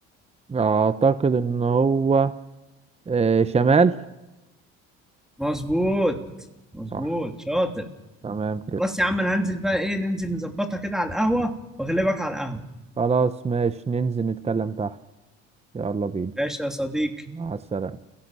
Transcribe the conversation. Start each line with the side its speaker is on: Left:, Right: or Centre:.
Right: أعتقد إن هو إيه شمال
Centre: مظبوط مظبوط
Right: صح
Centre: شاطر
Right: تمام كده
Centre: خلاص يا عم انا هنزل بقى ايه ننزل نظبطها كده على القهوة واغلبك على القهوة
Right: خلاص ماشي ننزل نتكلم تحت يلا بينا
Centre: ماشي يا صديقي
Right: مع السلامة